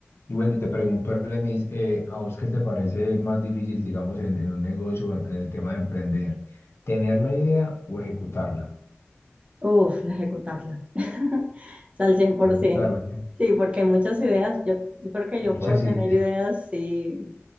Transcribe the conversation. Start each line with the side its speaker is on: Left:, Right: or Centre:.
Left: Y bueno, y te pregunto, Lenis, eh, ¿a vos qué te parece más difícil, digamos, en, en un negocio, en el tema de emprender? ¿Tener la idea o ejecutarla?
Right: Uf, la ejecutarla. <laughs> O sea, al 100%.
Left: Ejecutarla.
Right: Sí, porque hay muchas ideas. Yo, yo creo que yo
Left: Muchas
Right: puedo tener
Left: ideas.
Right: ideas si